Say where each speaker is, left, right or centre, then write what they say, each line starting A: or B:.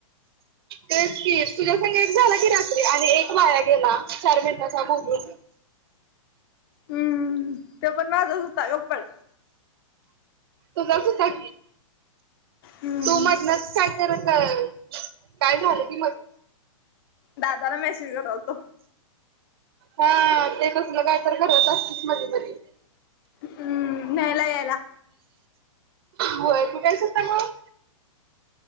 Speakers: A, on the right (about 45°); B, on the left (about 40°).
A: तेच की तुझ्या संग एक झाला कि, रात्री आणि एक वाया गेला चार मिनिटांचा बोलून.
B: हं.. त्यो पण माझाच होता. गप्पड
A: तुझाच हुता की.
B: हम्म
A: तू मधनंच काय तर क, काय झालं की मधनंच.
B: दादाला मेसेज करालतो.
A: हा ते कसलं काय तर करत असतीस मधी -मधी.
B: हं.. न्यायला यायला.
A: व्हयं, कुठायस आता मग?